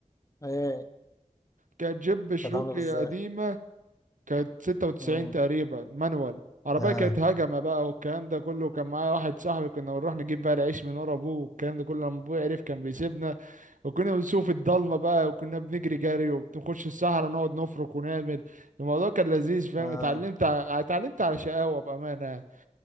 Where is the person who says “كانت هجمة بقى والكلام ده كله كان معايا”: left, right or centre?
Right